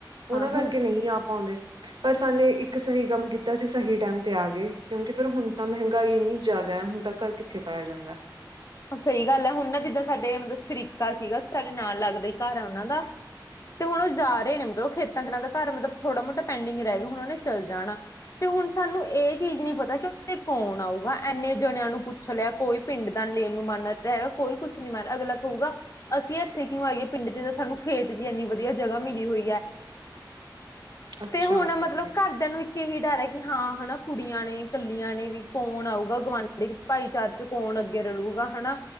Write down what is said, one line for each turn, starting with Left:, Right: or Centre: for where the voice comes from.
Right: ਉਹਨਾਂ
Left: ਹਾਂ ਹੁਣ
Right: ਕਰਕੇ ਨਹੀਂ ਆ ਪਾਉਂਦੇ, ਪਰ ਸਾਨੇ ਇੱਕ ਸਈ ਕੰਮ ਕੀਤਾ ਅਸੀਂ ਸਈ ਟਾਈਮ ਤੇ ਆ ਗਏ। ਕਿਉਂਕਿ ਫਿਰ ਹੁਣ ਤਾਂ ਮਹਿੰਗਾਈ ਇੰਨੀ ਜ਼ਾਦਾ ਹੁਣ ਤਾਂ ਘਰ ਕਿੱਥੇ ਪਾਇਆ ਜਾਂਦਾ ਹੈ।
Left: ਸਈ ਗੱਲ ਏ ਹੁਣ ਨਾ ਜਿੱਦਾਂ ਸਾਡੇ ਮਤਲਬ ਸ਼ਰੀਕਾ ਸੀਗਾ ਸਾਡੇ ਨਾਲ ਲੱਗਦੇ ਘਰ ਆ ਉਹਨਾਂ ਦਾ। ਤੇ ਹੁਣ ਓਹ ਜਾ ਰਹੇ ਨੇ ਮਤਲਬ ਓਹ ਖੇਤਾਂ ਦੇ ਨਾਲ ਦਾ ਘਰ ਮਤਲਬ ਥੋੜਾ-ਮੋਟਾ ਪੈਂਡਿੰਗ ਰਹਿ ਗਏ ਹੁਣ ਓਨੇ ਚੱਲ ਜਾਣਾ। ਤੋ ਹੁਣ ਸਾਨੂੰ ਇਹ ਚੀਜ਼ ਨੀ ਪਤਾ ਕਿ ਉੱਥੇ ਕੌਣ ਆਊਗਾ ਇੰਨੇ ਜਣਿਆਂ ਨੂੰ ਪੁੱਛ ਲਿਆ ਕੋਈ ਪਿੰਡ ਦਾ ਲੇਪ। ਐਨੂੰ ਮਨ ਨਾ ਤਾਂ ਹੈਗਾ ਕੋਈ ਕੁਛ ਨੀ ਮਨ ਅਗਲਾ ਕਹੂਗਾ ਅਸੀਂ ਇੱਥੇ ਕਿਉਂ ਆਈਏ ਪਿੰਡ ਚ ਸਾਨੂੰ ਖੇਤ ਚ ਇਨੀ ਵਧੀਆ ਜਗ੍ਹਾ ਮਿਲੀ ਹੋਈ ਏ।
Right: ਅੱਛਾ
Left: ਤੇ ਹੁਣ
Right: ਠੀਕ
Left: ਮਤਲਬ
Right: ਹੈ।
Left: ਕਰਦਿਆਂ ਨੂੰ ਇੱਕ ਇਹੀ ਡਰ ਹੈ ਕਿ ਹਾਂ ਹਨਾ ਕੁੜੀਆਂ ਨੇ ਕੱਲੀਆਂ ਨੇ ਵੀ ਕੌਣ ਆਊਗਾ ਗੁਆਂਢੀ? ਭਾਈਚਾਰ ਚ ਕੌਣ ਅੱਗੇ ਰਲੂਗਾ ਹਨਾ?